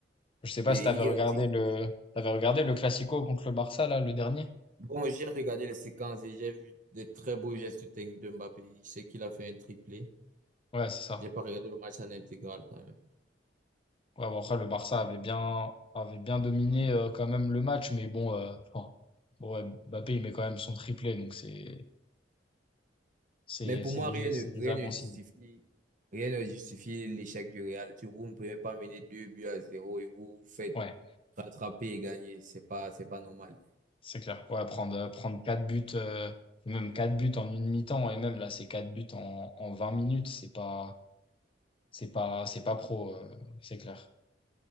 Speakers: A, on the left; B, on the right.
A: Je sais pas
B: Et
A: si t'avais
B: il y
A: regardé
B: a aussi,
A: le, t'avais regardé le Classico contre le Barça, là, le dernier?
B: bon, j'ai regardé les séquences et j'ai vu des très beaux gestes techniques de Mbappé. Je sais qu'il a fait un triplé.
A: Ouais, c'est ça.
B: J'ai pas regardé le match en intégral quand même.
A: Ouais, bon, après, le Barça avait bien, avait bien dominé, euh, quand même le match, mais bon, euh, enfin, bon, ouais, Mbappé, il met quand même son triplé, donc c'est, c'est,
B: Mais pour
A: c'est,
B: moi,
A: dé-
B: rien ne,
A: c'est déjà
B: rien ne
A: bon
B: justifie,
A: signe.
B: rien ne justifie l'échec du Real. Tu, vous ne pouvez pas mener deux buts à zéro et vous vous faites
A: Ouais.
B: rattraper et gagner. C'est pas, c'est pas normal.
A: C'est clair. Ouais, prendre, euh, prendre 4 buts, euh, même 4 buts en une mi-temps, et même là, c'est 4 buts en, en vingt minutes, c'est pas, c'est pas, c'est pas pro, euh, c'est clair.